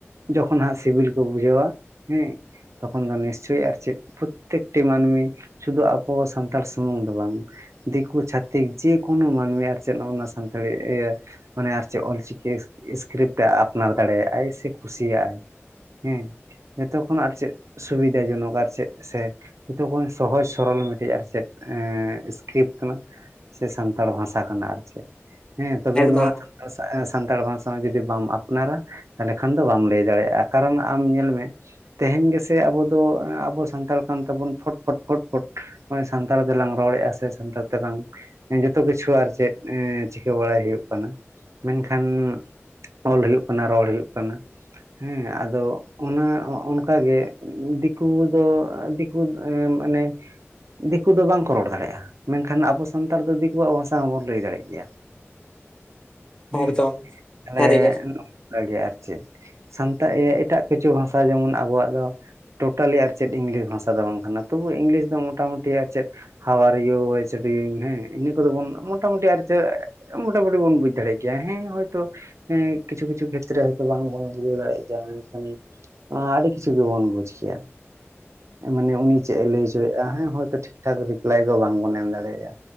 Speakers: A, on the right; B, on the left.
A: ᱡᱚᱠᱷᱚᱱ ᱦᱟᱸᱜ ᱥᱤᱵᱤᱞ ᱠᱚ ᱵᱩᱡᱷᱟᱹᱣᱟ ᱦᱮᱸ ᱛᱚᱠᱷᱚᱱ ᱫᱚ ᱱᱤᱥᱪᱚᱭ ᱟᱨ ᱪᱮᱫ ᱯᱨᱚᱛᱮᱠ ᱴᱤ ᱢᱟᱱᱢᱤ ᱥᱩᱫᱩ ᱟᱵᱚ ᱥᱟᱱᱛᱟᱲ ᱥᱩᱢᱩᱝ ᱫᱚ ᱵᱟᱝ ᱫᱤᱠᱩ ᱪᱷᱟᱛᱤᱠ ᱡᱮ ᱠᱳᱱᱳ ᱢᱟᱱᱢᱤ ᱟᱨ ᱪᱮᱫ ᱱᱚᱜᱼᱱᱟ ᱥᱟᱱᱛᱟᱲᱤ ᱤᱭᱟᱹ ᱢᱟᱱᱮ ᱟᱨ ᱪᱮᱫ ᱚᱞ ᱪᱤᱠᱤ ᱥᱠᱨᱤᱯᱴ ᱮ ᱟᱯᱱᱟᱨ ᱫᱟᱲᱮᱭᱟᱜᱼᱟᱭ ᱥᱮ ᱠᱩᱥᱤᱭᱟᱜᱼᱟᱭ ᱦᱮᱸ ᱡᱚᱛᱚ ᱠᱷᱚᱱᱟᱜ ᱟᱨ ᱪᱮᱫ ᱥᱩᱵᱤᱫᱟ ᱡᱚᱱᱚᱠ ᱟᱨ ᱪᱮᱫ ᱥᱮ ᱡᱚᱛᱚ ᱠᱷᱚᱱ ᱥᱚᱦᱚᱡ ᱥᱚᱨᱚᱞ ᱢᱤᱫ ᱴᱮᱡ ᱟᱨ ᱪᱮᱫ ᱥᱠᱨᱤᱯᱴ ᱠᱟᱱᱟ ᱥᱮ ᱥᱟᱱᱛᱟᱲ ᱵᱷᱟᱸᱥᱟ ᱠᱟᱱᱟ ᱟᱨ ᱪᱮᱫ ᱦᱮᱸ ᱛᱚᱵᱮ
B: ᱮᱠᱫᱚᱢ
A: ᱱᱚᱣᱟ ᱥᱟᱱᱛᱟᱲ ᱵᱷᱟᱸᱥᱟ ᱵᱟᱝ ᱡᱩᱫᱤ ᱵᱟᱢ ᱟᱯᱱᱟᱨᱟ ᱛᱟᱦᱞᱮ ᱠᱷᱟᱱ ᱫᱚ ᱵᱟᱢ ᱞᱟᱹᱭ ᱫᱟᱲᱮᱭᱟᱜᱼᱟ ᱠᱟᱨᱚᱱ ᱟᱢ ᱧᱮᱞ ᱢᱮ ᱛᱮᱦᱮᱧ ᱜᱮᱥᱮ ᱟᱵᱳ ᱫᱚ ᱟᱵᱳ ᱥᱟᱱᱛᱟᱲ ᱠᱟᱱ ᱛᱟᱵᱚᱱ ᱯᱷᱚᱴ ᱯᱷᱚᱴ ᱯᱷᱚᱴ ᱱᱚᱭ ᱥᱟᱱᱛᱟᱲ ᱛᱮᱞᱟᱝ ᱨᱚᱲᱮᱫᱼᱟ ᱥᱮ ᱥᱟᱱᱛᱟᱲ ᱛᱮᱞᱟᱝ ᱡᱚᱛᱚ ᱠᱤᱪᱷᱩ ᱟᱨ ᱪᱮᱫ ᱪᱤᱠᱟᱹ ᱵᱟᱲᱟᱭ ᱦᱩᱭᱩᱜ ᱠᱟᱱᱟ ᱢᱮᱱᱠᱷᱟᱱ ᱚᱞ ᱦᱩᱭᱩᱜ ᱠᱟᱱᱟ ᱨᱚᱲ ᱦᱩᱭᱩᱜ ᱠᱟᱱᱟ ᱾ ᱦᱮᱸ ᱟᱫᱚ ᱚᱱᱟ ᱚᱱᱠᱟ ᱜᱮ ᱫᱤᱠᱩ ᱫᱚ ᱫᱤᱠᱩ ᱢᱟᱱᱮ ᱫᱤᱠᱩ ᱫᱚ ᱵᱟᱝᱠᱚ ᱨᱚᱲ ᱫᱟᱲᱮᱭᱟᱜᱼᱟ ᱢᱮᱱᱠᱷᱟᱱ ᱟᱵᱚ ᱥᱟᱱᱛᱟᱲ ᱫᱚ ᱫᱤᱠᱩᱣᱟᱜ ᱵᱷᱟᱥᱟ ᱦᱚᱸᱵᱚᱱ ᱞᱟᱹᱭ ᱫᱟᱲᱮᱜ ᱜᱮᱭᱟ ᱦᱮᱸ
B: ᱮᱠᱫᱚᱢ
A: ᱛᱟᱦᱞᱮ
B: ᱥᱟᱹᱨᱤᱜᱮ
A: ᱱᱚᱠᱟ ᱜᱮ ᱟᱨ ᱪᱮᱫ ᱥᱟᱱᱛᱟ ᱤᱭᱟᱹ ᱮᱴᱟᱜ ᱠᱤᱪᱷᱩ ᱵᱷᱟᱥᱟ ᱡᱮᱢᱚᱱ ᱟᱵᱚᱣᱟᱜ ᱫᱚ ᱴᱳᱴᱟᱞᱤ ᱟᱨ ᱪᱮᱫ ᱤᱧ ᱞᱟᱹᱭᱟ ᱵᱷᱟᱥᱟ ᱫᱚ ᱵᱟᱝ ᱠᱟᱱᱟ ᱛᱚᱵᱩ ᱤᱝᱞᱤᱥ ᱫᱚ ᱢᱚᱴᱟᱢᱩᱴᱤ ᱟᱨ ᱪᱮᱫ ᱦᱟᱣᱟᱨ ᱤᱭᱩ ᱳᱭᱥᱚᱰᱤᱝ ᱦᱮᱸ ᱤᱱᱟᱹ ᱠᱚᱫᱚ ᱵᱚᱱ ᱢᱚᱴᱟᱢᱩᱴᱤ ᱟᱨ ᱪᱮᱫ ᱢᱚᱴᱟᱢᱩᱴᱤ ᱵᱚᱱ ᱵᱩᱡ ᱫᱟᱲᱮᱭᱟᱜ ᱜᱮᱭᱟ ᱦᱮᱸ ᱦᱳᱭᱛᱳ ᱦᱮᱸ ᱠᱤᱷᱩ ᱠᱤᱪᱷᱩ ᱠᱷᱮᱛᱨᱮ ᱦᱳᱭ ᱛᱚ ᱵᱟᱝ ᱵᱩᱡᱷᱟᱹᱣ ᱫᱟᱲᱮᱭᱟᱜᱼᱟ ᱢᱮᱱᱠᱷᱟᱱ ᱚᱸᱻ ᱟᱰᱤ ᱠᱤᱪᱷᱩ ᱜᱮᱵᱚᱱ ᱵᱩᱡ ᱠᱮᱜ-ᱟ ᱢᱟᱱᱮ ᱩᱱᱤ ᱪᱮᱫ ᱮ ᱞᱟᱹᱭ ᱦᱚᱪᱚᱭᱮᱫᱼᱟ ᱦᱮᱸ ᱦᱚᱭ ᱛᱚ ᱴᱷᱤᱠ ᱴᱷᱟᱠ ᱨᱤᱯᱞᱟᱭ ᱫᱚ ᱵᱟᱝ ᱵᱚᱱ ᱮᱢ ᱫᱟᱲᱮᱭᱟᱜᱼᱟ